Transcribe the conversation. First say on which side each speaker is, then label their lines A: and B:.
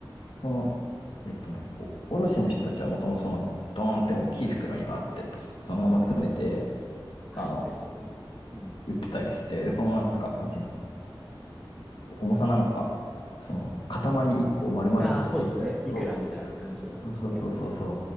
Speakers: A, on the left; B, in the centre.
A: その、えっとね、お卸の人たちはもともとその、ドーンって大きい袋にバーって、そのまま詰めて、
B: はい、
A: あの、
B: ですね。うん。
A: 売ってたりして、で、そのなんか、なんていうの、重さなのか、その塊1個を丸々買ってきたやつを、
B: ああ、そうですね。いくらみたいな感じで買ってきて。
A: そうそうそうそうそ